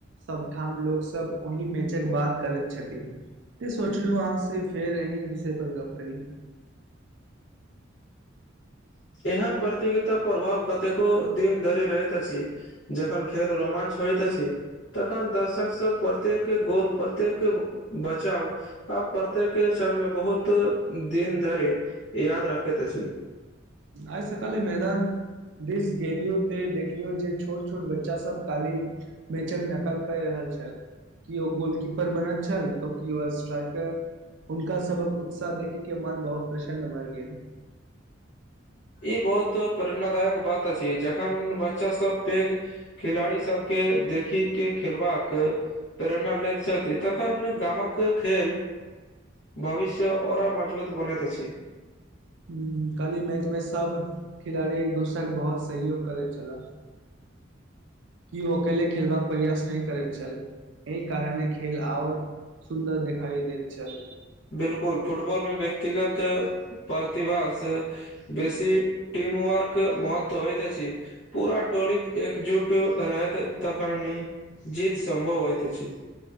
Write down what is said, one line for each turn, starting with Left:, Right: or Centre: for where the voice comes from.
Right: सबठाम लोक सब ओहि मैचक बात करै छथि त सोचलहु अहाँ से फेर अही विषय पर गप्प करी
Left: एहन प्रतियोगिता प्रभाव कतेको दिन धरि रहैत अछि जखन खेल रोमांच होत छी तखन दर्शक सब प्रत्येक के गोल प्रत्येक के बचााव आब प्रत्येक के क्षण मे बहुत दिन धरि याद रखैत अछि
Right: आइ सकाले मैदान दिस गेलियो ते देखलियो जे छोट छोट बच्चा सब काली <inaudible> मैंच नकल क रहल छल कि ओ गोलकीपर बनल छल तऽ कि ओ स्ट्राइकर हुनका सबक उत्साह देखी के मन बहुत प्रसन्न भए गेल
Left: ई बहुत प्रेरणादायक बात अछि जखन बच्चा सब पेघ खेलाड़ी सबके देखी के खेलबाक प्रेरणा लैत छथि तखन गामक खेल भविष्य ओरा मजबूत बनैत अछि
Right: हूं काल्हि मैच मे सब खेलाड़ी एक दोसरा के बहौत सहयोग करैत छलाह कि ओ अकेले खेलबाक प्रयास नहि करैत छल एहि कारणे खेल आओर सुन्दर देखाइ देत छल
Left: बिल्कुल फुटबॉल मे व्यक्तिगत प्रतिभा से बेसी टिम वर्क के महत्व होइत छै पूराटोलप एकजूट रहत तखनी जीत संभव होइतइत छै